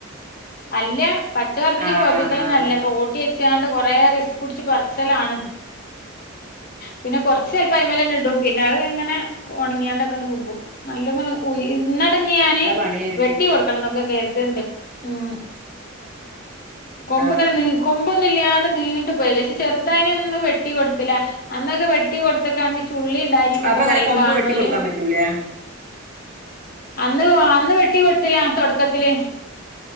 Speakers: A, on the left (about 45°); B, on the right (about 40°).
A: അല്ല പച്ച പറുപ്പിച്ച്
B: ആഹ്
A: പൊഹ്പ്പിക്കലൊന്നൊല്ല
B: ആഹ്
A: തോട്ടി ട്ട്യാണ്ട് കൊറേ റിസ് കുട്ച്ച് പർച്ചലാണ്. പിന്നെ കൊർച്ചയ്ട്ടയ്മലെന്നെ ഇടും പിന്നെ അ ഇങ്ങനെ ഉണങ്ങിയാണ്ടൊക്കെണ്ട് വികും.
B: നല്ല
A: നല്ലപ കുയ് ഇന്നടങ്ങി ഞാന്
B: പണിയായിരിക്കും
A: വെട്ടി കൊട്ക്കണം ന്നൊക്കെ ജാ ഇതുണ്ട് ഉം കൊമ്പ്
B: ആഹ്
A: ഇങ്ങനെ നീ കൊമ്പ് ല്ലാതെ നീണ്ടു പോയിക്ക ക്ഷെ ചെറുതായിനന്ന് വെട്ടി കൊടുത്തില അന്നൊക്കെ വെട്ടി കൊടുത്തക്കാണെങ്കി ഉള്ളിണ്ടായിന്നൊക്കെ
B: അപ്പൊ അങ്ങനെ
A: പറിം
B: കൊമ്പ്
A: കാണോല്
B: വെട്ടി കൊടുക്കാൻ പറ്റൂലേ
A: ആ അന്ന് അന്ന് വെട്ടി കൊടുത്തില തുടക്കത്തില്